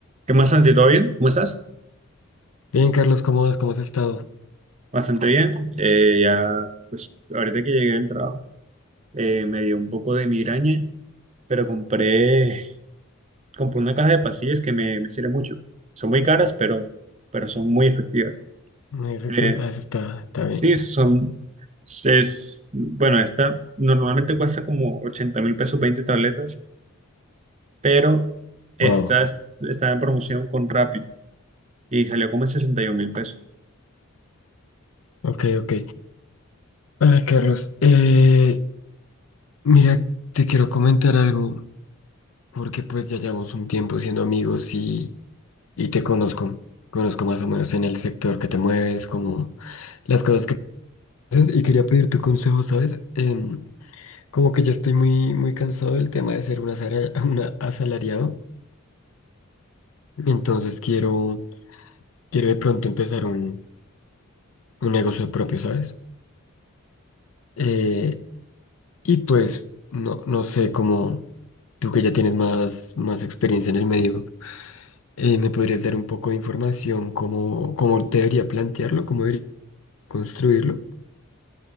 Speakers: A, on the right; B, on the left.
A: ¿Qué más, Santi? ¿Todo bien? ¿Cómo estás?
B: Bien, Carlos, ¿cómo vas? ¿Cómo has estado?
A: Bastante bien. Eh, ya, pues, ahorita que llegué del trabajo, eh, me dio un poco de migraña, pero compré, compré una caja de pastillas que me, me sirve mucho. Son muy caras, pero, pero son muy efectivas.
B: Muy efectivos.
A: Eh,
B: Ah, eso está, está bien.
A: sí, son, es, bueno, esta normalmente cuesta como ochenta mil pesos, 20 tabletas, pero esta
B: Wow.
A: es- está en promoción con Rappi y salió como en 61 mil pesos.
B: Ok, ok. Ay, Carlos, eh, mira, te quiero comentar algo, porque pues ya llevamos un tiempo siendo amigos y, y te conozco. Conozco más o menos en el sector que te mueves, como las cosas que haces, y quería pedir tu consejo, ¿sabes? Em, como que ya estoy muy, muy cansado del tema de ser un asalar- <laughs> una asalariado, entonces quiero, quiero de pronto empezar un, un negocio propio, ¿sabes? Eh, Y pues, no, no sé cómo, tú que ya tienes más, más experiencia en el medio, eh, ¿me podrías dar un poco de información cómo, cómo debería plantearlo, cómo debería construirlo?